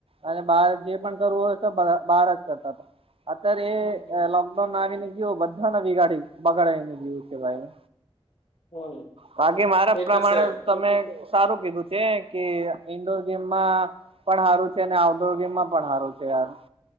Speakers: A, on the right; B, on the left.
A: અને બાર જે પણ કરવું હોય તો, બહાર જ કરતા હતા. અત્યારે
B: હમ હમ
A: એ લોકડાઉન આવીને ગયું, બધાને વિગાડી બગાડી ને ગયું છે ભાઈ.
B: હમ
A: બાકી મારા
B: એ
A: પ્રમાણે
B: તો છે
A: તમે સારું કીધું છે કે, ઈન્ડોર ગેમમાં પણ સારું છે, અને આઉટડોર ગેમમાં પણ સારું છે, યાર.